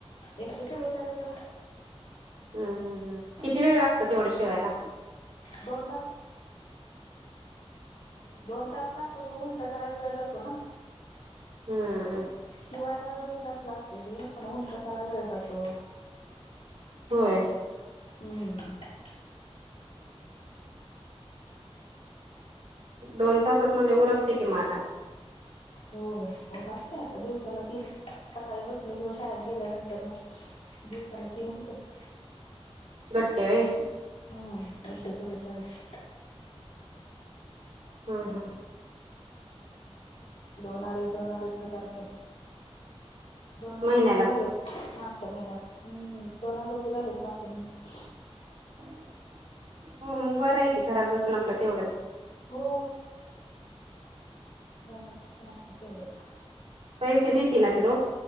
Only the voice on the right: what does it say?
ह ह ह, किती वेळ लागतो तेवढं शिवायला?
ह ह.
होय.
दोन तासात म्हणजे उरकते कि म आता.
गट्टे होय.
हा हा.
महिन्याला
हो, मग बरं आहे की घरात बसून आपलं तेवढंच.
पैसे देती ना ती रोख?